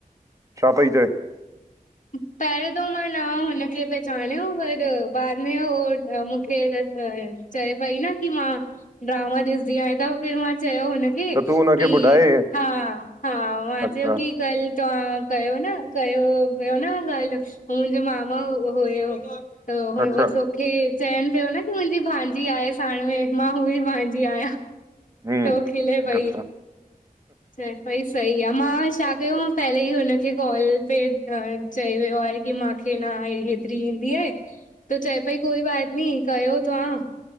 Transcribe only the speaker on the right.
छा पई चए?
त
तूं हुनखे ॿुधाए
अच्छा
अच्छा
हम्म
अच्छा हम्म